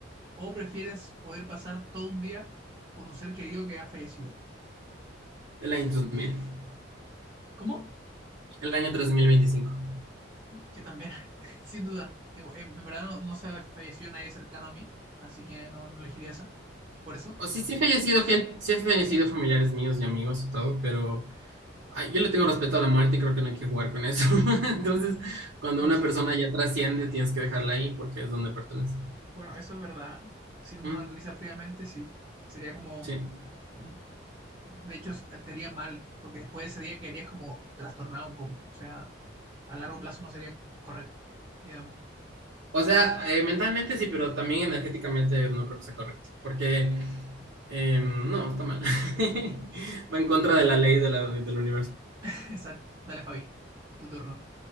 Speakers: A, on the right; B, on the right.
A: o prefieres poder pasar todo un día con un ser querido que ha fallecido?
B: El año 2000.
A: ¿Cómo?
B: El año 3025.
A: que también, <laughs> sin duda, en, en verdad no, no se ha fallecido nadie cercano a mí, así que no, no elegiría esa. Por eso,
B: O sí, sí he fallecido gente, sí he fallecido familiares míos y amigos y todo, pero Ay, yo le tengo respeto a la muerte y creo que no hay que jugar con eso. <laughs> Entonces, cuando
A: bueno,
B: una
A: sí,
B: persona ya trasciende, tienes que dejarla ahí porque es donde pertenece.
A: bueno, eso es verdad. Si uno
B: Mm,
A: lo analiza fríamente, sí, sería como,
B: sí.
A: mm, de hecho, s- te haría mal, porque después de ese día quedarías como trastornado un poco, o sea, a largo plazo no sería correcto, digamos.
B: O sea, eh, mentalmente sí, pero también energéticamente no creo que sea correcto. Porque, eh, no, está mal. <laughs> Va en contra de la ley de la- del universo.
A: <laughs> Exacto. Dale, Fabi, tu turno.